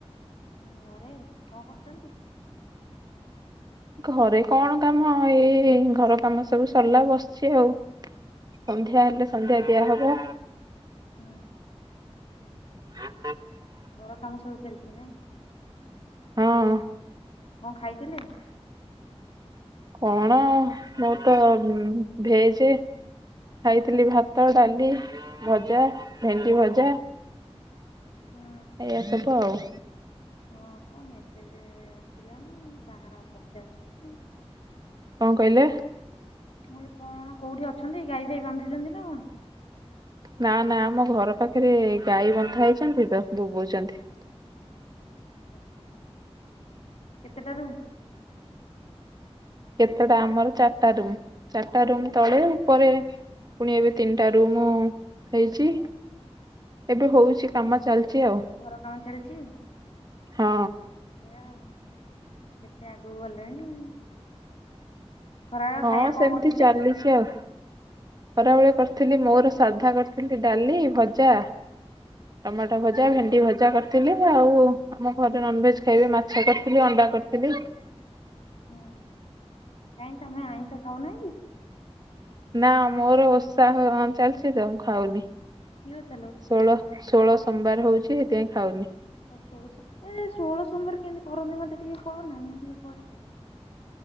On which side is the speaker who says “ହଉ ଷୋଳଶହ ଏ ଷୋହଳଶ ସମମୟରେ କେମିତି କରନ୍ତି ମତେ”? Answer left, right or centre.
Left